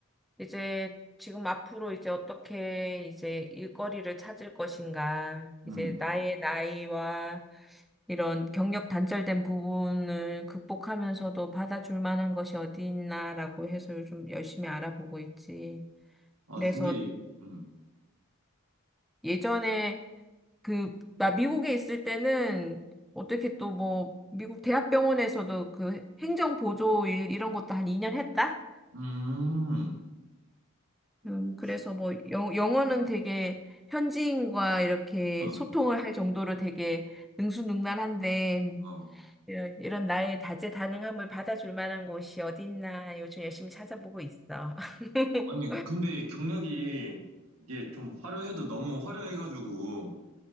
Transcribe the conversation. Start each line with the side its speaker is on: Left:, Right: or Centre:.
Centre: 이제 지금 앞으로 이제 어떻게 이제 일거리를 찾을 것인가, 이제
Right: 음.
Centre: 나의 나이와 이런 경력 단절된 부분을 극복하면서도 받아줄 만한 것이 어디 있나라고 해서 요즘 열심히 알아보고 있지.
Right: 아,
Centre: 그래서
Right: 근데, 음,
Centre: 예전에 그, 나 미국에 있을 때는 어떻게 또 뭐, 미국 대학병원에서도 그 행정보조 일 이런 것도 한 2년 했다?
Right: 음, 오,
Centre: 음, 그래서 뭐 영, 영어는 되게 현지인과 이렇게
Right: <laughs>
Centre: 소통을 할 정도로 되게 능수능란한데
Right: 어. 어.
Centre: 이런, 이런 나의 다재다능함을 받아줄 만한 곳이 어디 있나 요즘 열심히 찾아보고 있어. <laughs>
Right: 아니, 근데 경력이 이게 좀 화려해도 너무 화려해가지고,